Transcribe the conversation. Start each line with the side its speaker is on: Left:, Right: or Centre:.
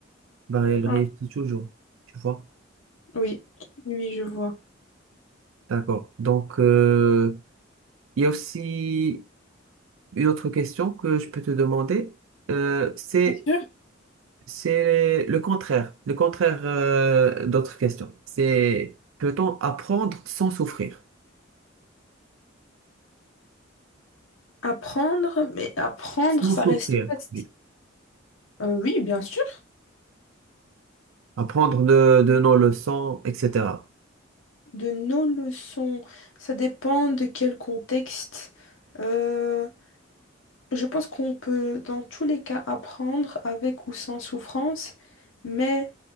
Right: ben elle
Left: Ah,
Right: réussit toujours tu vois
Left: Oui, oui, je vois.
Right: D'accord. Donc, euh, Il y a aussi une autre question que je peux te demander. Euh, c'est,
Left: Bien sûr.
Right: c'est le contraire, le contraire euh, d'autres questions. C'est peut-on apprendre sans souffrir?
Left: Apprendre, mais apprendre,
Right: Sans
Left: ça
Right: souffrir.
Left: reste vaste.
Right: Oui.
Left: Euh, oui, bien sûr.
Right: Apprendre de, de nos leçons, etc.
Left: De nos leçons, ça dépend de quel contexte. Euh, je pense qu'on peut, dans tous les cas, apprendre avec ou sans souffrance, mais